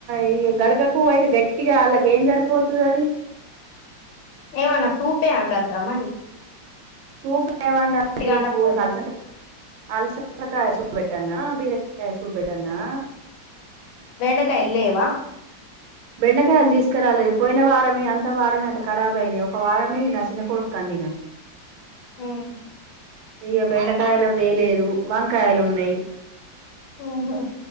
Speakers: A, on the right; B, on the left.
A: ఈ గడకకు అయితే గట్టిగా ఆలకు ఏం సరిపోతది అది
B: ఎమన్న సూపే అండద్దామరి
A: సూప్ ఏం వండ సూపు
B: వండకపోతే
A: అలిసింత అల్సకాయసూప్ బెట్టనా బీరకాయసూప్ బెట్టనా
B: బెండకాయలు లేవా
A: బెండకాయలు తీసుకురాలేదు పోయిన వారం ఇ అంత వారమే అంత కరాబ్ అయినాయి ఒక వారమే నా చిన్న కొడు అండిన
B: ఉమ్.
A: ఇగా బెండకాయలు తేలేదు వంకాయలు ఉన్నాయి
B: ఉహు